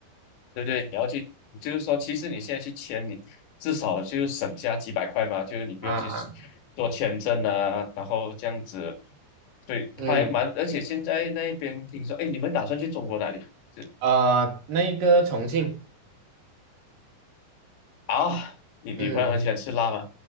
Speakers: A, on the left; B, on the right.
A: 对不对？你要去，就是说，其实你现在去签，你至少就是省下几百块嘛，就是你不用去
B: 啊啊，
A: 做签证啊，然后这样子，对，
B: 嗯，
A: 还蛮，而且现在那边听说，哎，你们打算去中国哪里？这
B: 呃，那个重庆。
A: 啊，你女朋友很喜欢吃辣吗？
B: 嗯。